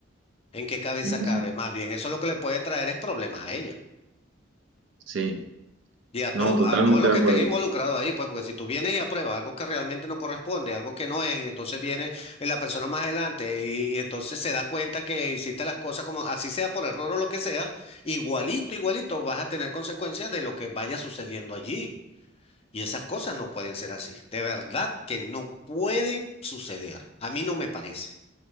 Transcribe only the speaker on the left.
¿En qué cabeza
cabe?
Más bien, eso lo que le puede traer es problemas a ella.
Y a todo,
a
todo lo
que
estén involucrado ahí, pues, porque si tú vienes y apruebas algo que realmente no corresponde, algo que no es, y entonces viene eh, la persona más adelante y, y entonces se da cuenta que hiciste las cosas como así sea por error o lo que sea, igualito, igualito vas a tener consecuencias de lo que vaya sucediendo allí. Y esas cosas no pueden ser así. De verdad que no pueden suceder. A mí no me parece.